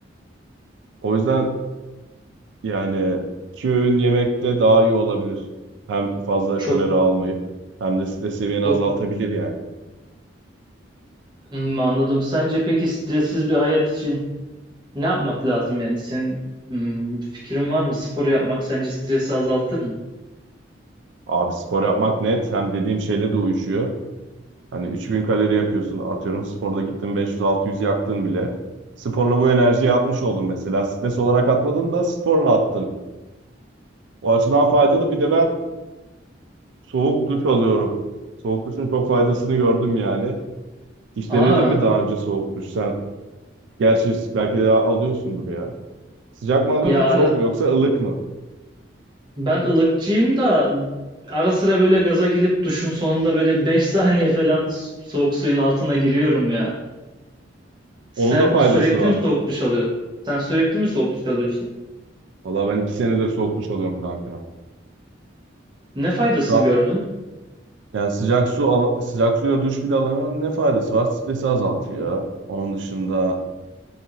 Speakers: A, on the right; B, on the right.
A: O yüzden Yani iki öğün yemek de daha iyi olabilir. Hem fazla
B: Çok
A: kalori almayıp hem de stres seviyeni
B: bu.
A: azaltabilir yani.
B: Hmm, anladım. Sence peki stressiz bir hayat için ne yapmak lazım yani? Senin hmm, fikrin var mı? Spor yapmak sence stresi azaltır mı?
A: Abi spor yapmak net hem dediğim şeyle de uyuşuyor. Hani 3000 kalori yakıyorsun atıyorum sporda gittin 500-600 yaktın bile. Sporla bu enerjiyi atmış oldun mesela. Stres olarak atmadın da sporla attın. O açıdan faydalı. Bir de ben soğuk duş alıyorum. Soğuk duşun çok faydasını gördüm yani. Hiç
B: Aa.
A: denedin mi daha önce soğuk duş? Sen gerçi belki de alıyorsundur ya. Sıcak mı alıyorsun
B: Ya
A: soğuk
B: ara
A: mu yoksa ılık mı?
B: ben ılıkçıyım da ara sıra böyle gaza gelip duşun sonunda böyle 5 <laughs> saniye falan s- soğuk suyun altına giriyorum ya. Sen
A: Onun da faydası
B: sürekli
A: var.
B: mi soğuk duş alıyorsun? Sen sürekli mi soğuk duş alıyorsun?
A: Vallahi ben iki senedir soğuk duş alıyorum kanka.
B: Ne faydasını
A: Şu an
B: gördün?
A: yani sıcak su al- sıcak suyla duş bile alamıyorum. Ne faydası var? Stresi azaltıyor. Onun dışında